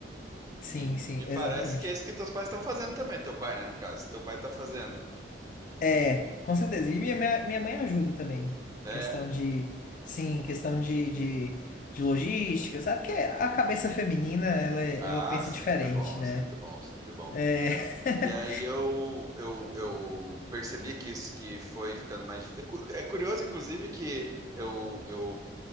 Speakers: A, on the left (about 45°); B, on the right (about 20°).
A: Sim,
B: E
A: sim,
B: me parece
A: exatamente.
B: que é isso que teus pais estão fazendo também, teu pai, né, no caso. Teu pai tá fazendo.
A: É, com certeza. E minha, minha minha mãe ajuda também.
B: É.
A: Questão de, sim, questão de, de, de logística, sabe? Porque a cabeça feminina, ela, ela
B: Ah,
A: pensa
B: sempre
A: diferente,
B: bom,
A: né?
B: sempre bom, sempre bom.
A: É, <laughs>
B: E aí eu, eu, eu percebi que isso que foi ficando mais. É cu- é curioso, inclusive, que eu, eu,